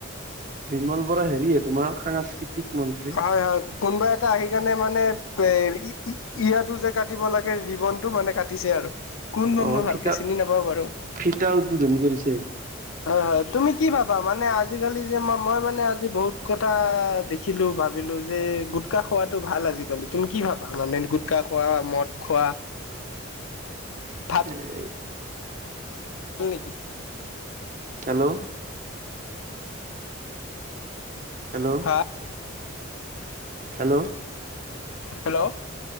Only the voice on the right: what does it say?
বিমল বৰা হেৰিয়ে তোমাৰ সাংস্কৃতিক মন্ত্ৰী
অ
ফিটা
ফিটা উদ্বোধনী কৰিছে
এই
হেল্ল' হেল্ল'
হেল্ল'